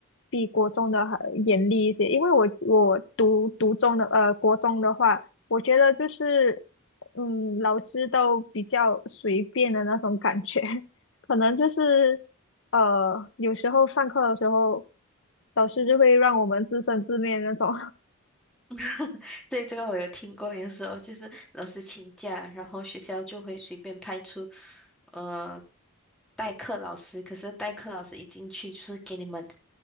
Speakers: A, on the left; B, in the centre.
A: 比国中的还严厉一些。因为我我读读中的呃国中的话，我觉得就是嗯老师都比较随便的那种感觉，<laughs> 可能就是呃有时候上课的时候，老师就会让我们自生自灭那种。
B: <laughs> 对，这个我有听过，有时候就是老师请假，然后学校就会随便派出呃代课老师，可是代课老师一进去就是给你们